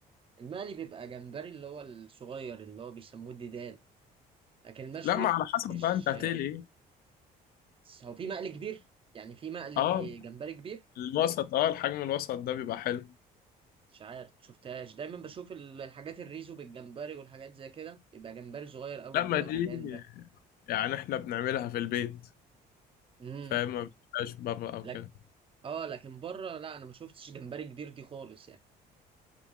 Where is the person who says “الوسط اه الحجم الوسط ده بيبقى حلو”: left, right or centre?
Left